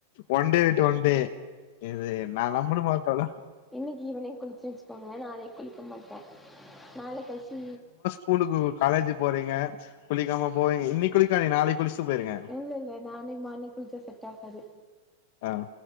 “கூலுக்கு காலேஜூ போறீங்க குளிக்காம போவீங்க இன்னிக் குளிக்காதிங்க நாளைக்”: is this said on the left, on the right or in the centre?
Left